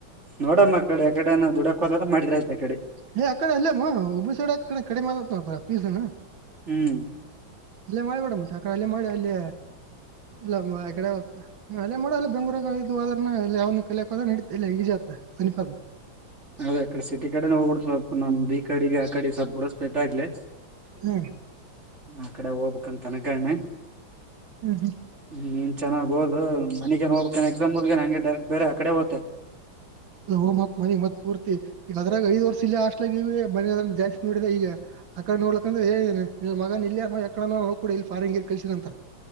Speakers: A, on the right (about 35°); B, on the right (about 75°).
A: ನೋಡಮ್ಮ ಅ ಕಡೆ ಯಕಡೆನ ದುಡಕೋಲಾರ ಮಾಡಿದ್ರ ಆಯ್ತಾಕಡೆ.
B: ಏ ಕಡೆ ಅಲ್ಲೇಮ್ಮ ಒಬ್ಬ ಸೈಡ್ಡೆ ಕಡೆ ಮಾಡ ಪೀಸನ.
A: ಹ್ಮ್
B: ಅಲ್ಲೇ ಮಾಡಿಬೇಡ ಮತ್ತೆ ಆಡೆ ಅಲ್ಲೇ ಮಾಡಿ ಅಲ್ಲೇ ಇಲ್ಲಡೆ ಅಲ್ಲೇ ಮಾಡ ಅಲ್ಲ ಬೆಂಗಗಳೂದ್ರ ಯ ಕಲಿಯಕ್ದ್ರಡ ಇ ಈಜಿ ಆತ ಸಮೀಪ.
A: ಅದೇ ಕಡೆ ಸಿಟಿ ಕಡೆ ನ ಸ್ವಪ್ ನಮ್ ಬಿ ಕಡೆ ಆ ಕಡೆ ಸ್ವಪ ಕೂಡ ಸ್ಪೆಟ್ ಆಗ್ಲಿ.
B: ಹ್ಮ್
A: ಆ ಕಡೆ ಹೋಗ್ಬೇಕ ಅಂತ ಅನ್ಕೊಂಡಿನಿ.
B: ಹ್ಮ್ ಹ್ಮ್
A: ಹ್ಮ್ ನೀನ್ ಚೆನ್ನ್ ಒದು ಮನಗೇನ್ ಹೋಗ್ತೇ ಎಕ್ಸಾಮ್ ಮುಗ್ದನೇ ಹಂಗೆ ಡೈರೆಕ್ಟ್ ಬೇರೆ ಆ ಕಡೆ ಹೋಗಕ್ಕೆ.
B: ಓ ಮನಗ್ ಮತ್ ಪೂರ್ತಿ ಈ ಅದ್ರಾಗ ಐದು ವರ್ಷ ಇಲ್ಲೇ ಹಾಸ್ಟೆಲ್ ಅಲ್ಲೇ ಇವಿ ಜಾಸ್ತಿ ನೋಡಿದ ಇಲ್ಲ ಆಕಡೆ ನೋಡ್ಲಕ್ಕ ಅಂದ್ರೆ ಮಗನ್ ಇಲ್ಲಯ ಯಡ ನೋಗ ಕೊಡಿ ಇಲ್ಲಿ ಫಾರ್ಂಗಿರ್ ಕಲ್ಸಿದಂತ